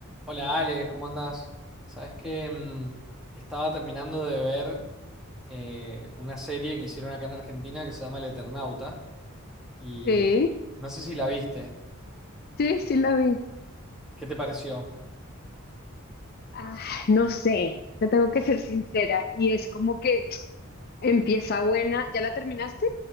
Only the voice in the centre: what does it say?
Hola Ale, ¿cómo andás? Sabes que mm, estaba terminando de ver eh, una serie que hicieron acá en Argentina que se llama El Eternauta y
no sé si la viste.
¿Qué te pareció?